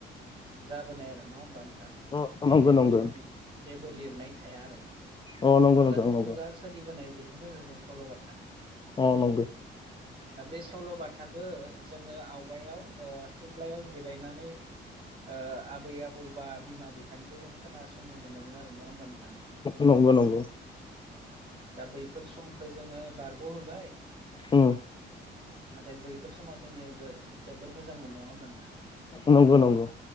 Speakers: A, on the right; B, on the left.
A: जाबोनाय आरो नङा होमबा नों थां
B: अ
A: बे
B: नंगौ
A: जेबो
B: नंगौ
A: जेबो लिरनाय थाया आरो
B: अ नंगौ
A: खुगाजों
B: नोंथां नंगौ
A: खुगा सोलिबोनाय बेखौनो सल'बाथा
B: अह नंगौ
A: दा बे सल'बाथाखो जोङो आवगायाव ओ सिथ्लायाव जिरायनानै ओ आबै आबौ बा बिमा बिफानिफ्राय जों खोनासंनो मोनोमोन आरो नङा होमबाा नोंथां
B: नंगौ नंगौ
A: दा बैफोर समखो जोङो बारग' होबाय
B: उम
A: नाथाय बैफोर समा जोंनिया जोबोर मोजांमोन नङा होमब नोंथां
B: नंगौ नंगौ